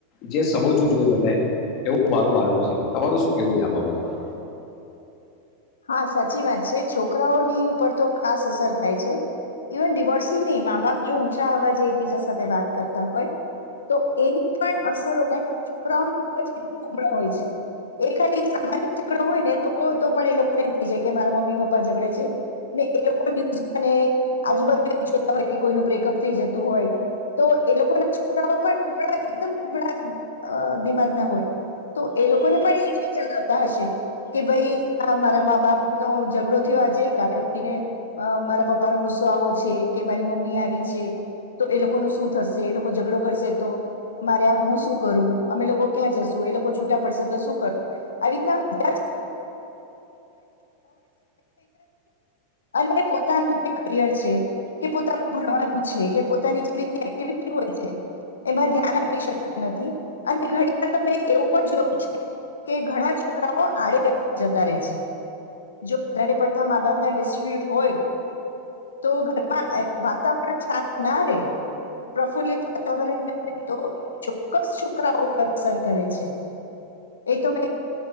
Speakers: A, on the left; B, on the left.
A: જે સમજવું જોઈએ બધાએ, એવું મારું માનવું છે. તમારું શું કેવું છે આ બાબતમાં?
B: હા સાચી વાત છે છોકરાઓની ઉપર તો ખાસ અસર થાય છે. ઇવન ડિવોર્સ નહી મા બાપ જો <unintelligible> એક બીજા સાથે વાત કરતા હોય. તો એની પણ અસરો કારણ કે છોકરા મગજ કુમળા હોય છે. એ ખાલી સામાન્ય ઝગડો હોય ને તોકો એ લોકોને થઈ જાય કે મારા મમ્મી પપ્પા ઝઘડે છે. ને એ લોકો <unintelligible> આજુબાજુ જોતા હોય કોઈનુ બ્રેકઅપ થઈ જતું હોય. તો એ લોકો ના છોકરાઓ પણ કુબડા એકદમ કુબડા અ દિમાગ ના હોય. તો એ લોકોને પણ એ જ જણાવતા હશે. કે ભાઈ આ મારા મા બાપનો ઝઘડો થયો આજે કલે ઉઠીને મારા પપ્પાનો ગુસ્સો આવો છે. કે મારી મમ્મી આવી છે. તો એ લોકો નુ શું થશે. એ લોકો ઝઘડો કરશે તો. મારે આ હું શું કરું? અમે લોકો ક્યાં જશું? એ લોકો છૂટા પડશે તો શું કરવું? આવી રીતના હજાર <unintelligible> પોતાનું જે કેરિયર છે. કે છોકરાનું ભણવાનું છે. કે પોતાની જે બી એક્ટિવિટી હોય છે. એમાં ધ્યાન આપી શકતા નથી. અને ઘણી વાર મેં એવું પણ જોયું છે. કે ઘણા છોકરાઓ આડે રસ્ જતા રહે છે. જો વધારે પડતા મા બાપના ડિસ્પ્યુટ હોય. તો ઘરમાં વાતાવરણ સાત ના રહેે. પ્રફુલ્લિત વાતાવરણ ના રહે તો એ ચોક્કસ છોકરાઓ ઉપર અસર કરે છે. એ તો